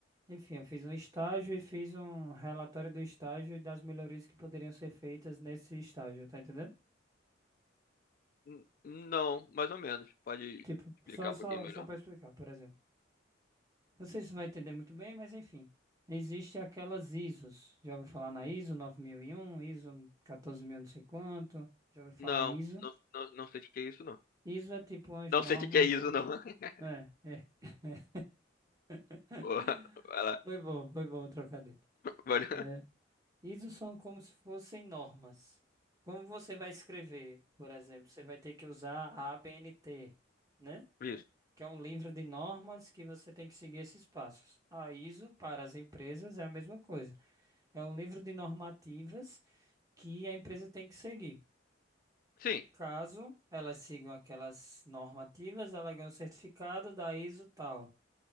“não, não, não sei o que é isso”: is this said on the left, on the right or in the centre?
Left